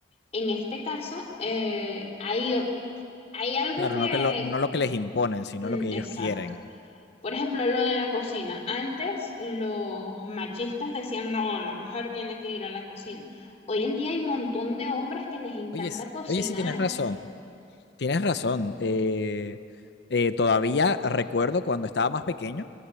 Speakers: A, on the left; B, on the left.
A: En este caso, eh, hay, hay algo
B: Claro,
A: que...
B: no, que lo, no lo que les imponen, sino
A: mm,
B: lo que ellos
A: Exacto.
B: quieren.
A: Por ejemplo, lo de la cocina. Antes los machistas decían, no, la mujer tiene que ir a la cocina. Hoy en día hay un montón de hombres que les encanta
B: Oye, s-
A: cocinar.
B: oye, sí tienes razón, tienes razón. Eh, eh, todavía recuerdo cuando estaba más pequeño